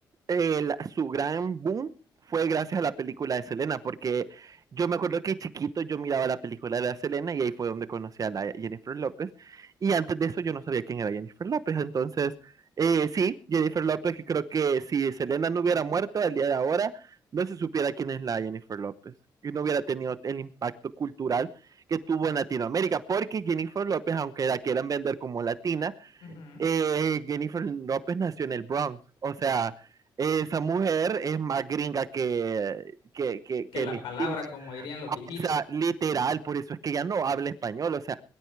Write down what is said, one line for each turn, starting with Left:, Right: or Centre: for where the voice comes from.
Right: eh, la- su gran boom fue gracias a la película de Selena, porque yo me acuerdo que chiquito yo miraba la película de la Selena y ahí fue donde conocí a la Jennifer López. Y antes de eso yo no sabía quién era Jennifer López. Entonces, eh, sí, Jennifer López, que creo que si Selena no hubiera muerto el día de ahora, no se supiera quién es la Jennifer López. Y no hubiera tenido el impacto cultural que tuvo en Latinoamérica, porque Jennifer López, aunque la quieran vender como latina,
Left: ujú.
Right: eh, Jennifer López nació en el Bronx. O sea, esa mujer es más gringa que, que, que, que
Left: que la
Right: mis
Left: palabra,
Right: primas.
Left: como dirían los
Right: O
Left: viejitos.
Right: sea, literal, por eso es que ya no habla español. O sea,